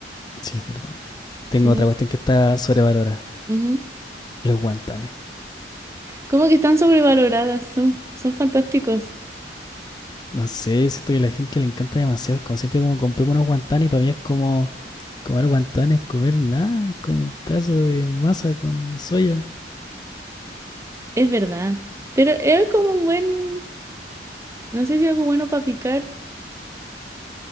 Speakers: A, on the left; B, on the right.
A: Sí, es verdad. Tengo
B: Sí.
A: otra cuestión que está sobrevalorada.
B: ujú.
A: Los guantanes.
B: Como que están sobrevaloradas, son, son fantásticos,
A: No sé, siento que a la gente le encanta demasiado. Es como siempre como compré unos guantanes y para mí es como comer guantanes, comer nada. Es como un pedazo de masa con soya.
B: es verdad. Pero es como un buen, no sé si algo bueno para picar.